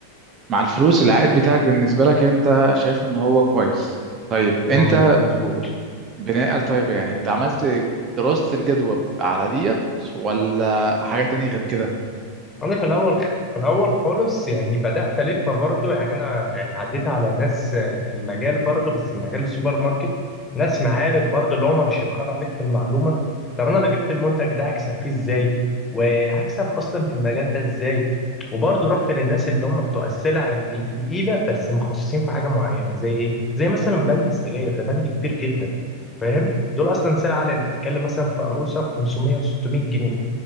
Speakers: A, on the right; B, on the left.
A: مع الفلوس العائد بتاعك بالنسبة لك انت شايف ان هو كويس طيب انت
B: مظ- مظبوط
A: بناء على- طيب يعني انت عملت دراسة الجدوى على ديت ولا حاجة تانية غير كده
B: انا في الاول في الاول خالص يعني بدات الفها برضو يعني انا يعني عديت على ناس آه، في المجال برضو بس في مجال السوبر ماركت ناس معارف برضو اللي هم مش هيبخلوا عليك في المعلومه طب انا لو جبت المنتج ده هكسب فيه ازاي وهكسب اصلا في المجال ده ازاي وبرضو رحت للناس اللي هم بتوع السلع ال- التقيله بس مخصصين في حاجه معينه زي ايه زي مثلا بند السجاير ده بند كبير جدا فاهم دول اصلا سلعه اللي انت بتتكلم مثلا في عروسه ب 500 و 600 جنيه